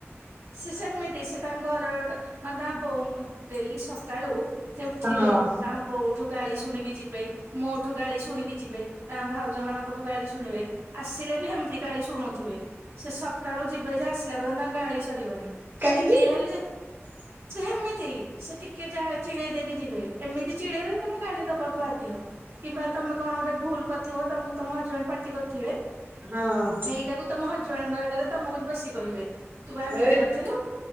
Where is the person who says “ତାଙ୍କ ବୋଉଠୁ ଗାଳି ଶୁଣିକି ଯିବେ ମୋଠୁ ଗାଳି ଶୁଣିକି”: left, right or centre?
Right